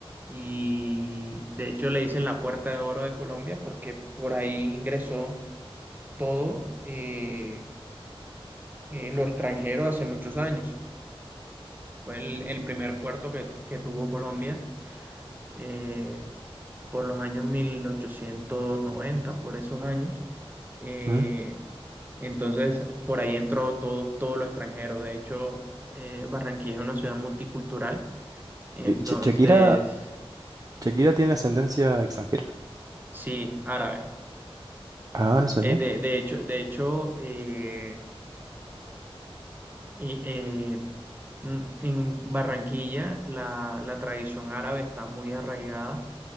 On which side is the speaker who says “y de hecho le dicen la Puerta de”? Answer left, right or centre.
Right